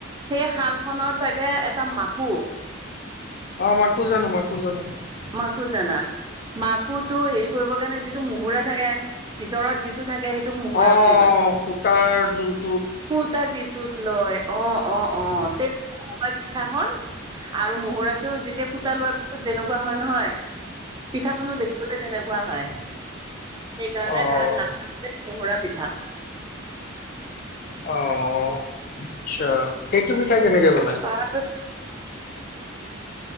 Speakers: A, on the right (about 20°); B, on the left (about 45°).
A: সেই শালখনত থাকে, এটা মাকো।
B: অ'! মাকো জানোঁ, মাকো জানোঁ।
A: মাকো জানা? মাকোটো সেৰি কৰিব কাৰণে, যিটো মহুৰা থাকে, ভিতৰত যিটো থাকে সেইটোক মহুৰা
B: অ'!
A: বুলি কয়।
B: সূতাৰ যোন
A: সূতা যিতোত লয়। অ' অ' অ'! তেনে হয়, পিঠা খন আৰু মহুৰাটো যেতিয়া, সুতা লোৱাৰ পিছত, যেনেকুৱা হয় নহয়। পিঠাখনো দেখিবলে, তেনেকুৱা হয়। সেইকাৰণে,
B: অ',
A: তাৰ নাম <unintelligible> মহুৰা পিঠা।
B: অ'! আচ্ছা, সেইটো পিঠা কেনেকে বনাই?
A: তাৰপি